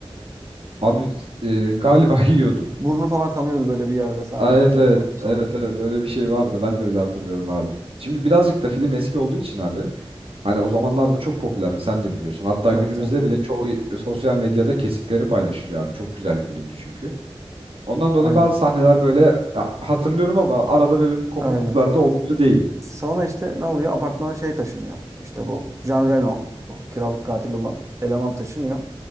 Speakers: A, on the right (about 65°); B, on the right (about 30°).
A: Abi e, galiba <laughs> yiyordu.
B: Burnu falan kanıyordu böyle bir yerde sanki
A: Aa,
B: yanlış
A: evet
B: hatırlamıyorsam.
A: evet. Evet evet öyle bir şey vardı. Ben de öyle hatırlıyorum abi. Şimdi birazcık da film eski olduğu için abi. Hani o zamanlarda çok popülerdi sen de biliyorsun. Hatta
B: Evet
A: günümüzde
B: evet
A: bile çoğu sosyal medyada kesitleri paylaşılıyor abi. Çok güzel bir filmdi çünkü. Ondan dolayı
B: aynen.
A: bazı sahneler böyle e, hatırlıyorum ama arada böyle bir kopukluklar
B: Aynen.
A: da olmuyor değil.
B: Sonra işte ne oluyor? Apartmana şey taşınıyor. İşte bu Jean Reno, bu kiralık katil olan eleman taşınıyor.